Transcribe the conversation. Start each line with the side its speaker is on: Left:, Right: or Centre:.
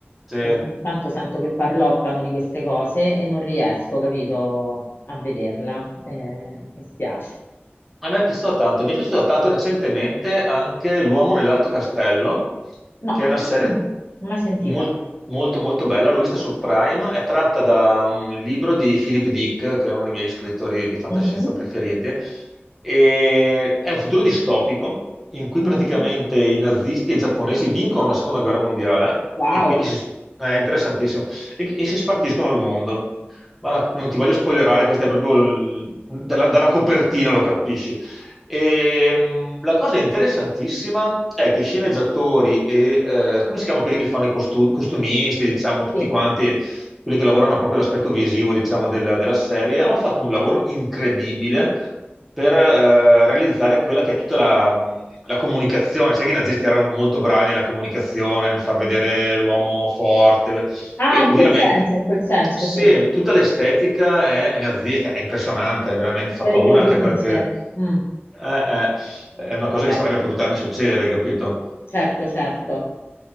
Centre: Sì.
Left: e ogni tanto sento che parlottano di queste cose e non riesco, capito, a vederla. Eh, mi spiace.
Centre: A me è piaciuto tanto, mi è piaciuto tanto recentemente anche L'uomo nell'alto castello,
Left: No,
Centre: che è una
Left: questa
Centre: serie
Left: no, non l'ho mai sentita.
Centre: mol- molto molto bella, l'ho vista su Prime, è tratta da un libro di Philip Dick, che è uno dei miei scrittori di fantascienza
Left: Mhm,
Centre: preferiti, e è un futuro distopico in cui
Left: mhm.
Centre: praticamente i nazisti e i giapponesi vincono la seconda guerra mondiale
Left: Wow,
Centre: e quindi si- è interessantissimo, e, e si spartiscono il mondo. Ma la- non ti voglio spoilerare, questa è proprio il- dalla, dalla copertina lo capisci. E, mh, la cosa interessantissima è che i sceneggiatori e eh, come si chiamano quelli che fanno i costu- costumisti, diciamo, tutti
Left: sì.
Centre: quanti, quelli che lavorano proprio l'aspetto visivo, diciamo, della, della serie, hanno fatto un lavoro incredibile per eh, realizzare quella che è tutta la, la comunicazione. Sai che i nazisti erano molto bravi nella comunicazione, nel far vedere l'uomo forte,
Left: Ah,
Centre: e
Left: in
Centre: ovviamente,
Left: quel senso, in quel senso,
Centre: se
Left: sì.
Centre: tutta l'estetica è, è nazista, è impressionante, veramente fa
Left: Periodi
Centre: paura anche
Left: Nice.
Centre: perché
Left: Mm.
Centre: è, è- è
Left: Ok.
Centre: una cosa che sarebbe potuta anche succedere, hai capito?
Left: Certo, certo.